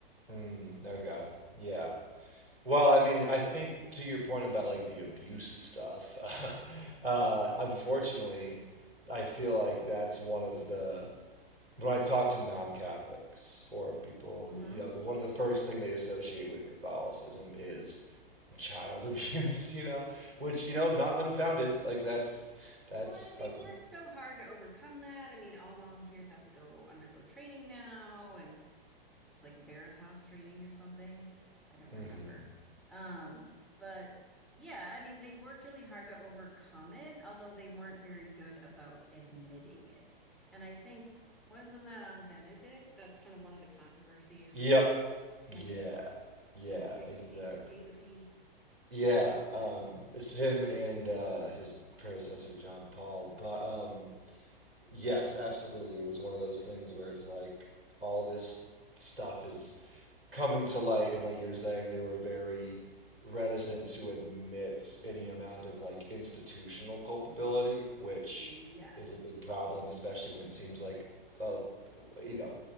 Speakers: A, on the right; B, in the centre.
A: mm, okay. Yeah. Well, I mean, I think to your point about like the abuse stuff. <laughs> uh, unfortunately, I feel like that's one of the when I talk to non-Catholics or people
B: hmm
A: who you know one of the first thing they associate with Catholicism is child <laughs> abuse. You know, which you know not unfounded. Like that's that's
B: Well, and they've
A: a,
B: worked so hard to overcome that. I mean, all volunteers have to go undergo training now, and it's like Veritas training or something. I don't
A: Mhm.
B: remember. Um, but yeah, I mean, they've worked really hard to overcome it, although they weren't very good about admitting it. And I think, wasn't that on Benedict? That's kind of one of the controversies
A: Yep.
B: from
A: Yeah. Yeah,
B: Benedict's
A: exactly.
B: pa- papacy.
A: Yeah.
B: Yeah.
A: Um, it's him and uh, his predecessor John Paul. But um, Yes, absolutely. It was one of those things where it's like all this stuff is coming to light, and like you were saying, they were very reticent to admit any amount of like institutional culpability, which
B: Yes.
A: is a big problem, especially when it seems like, uh, you know,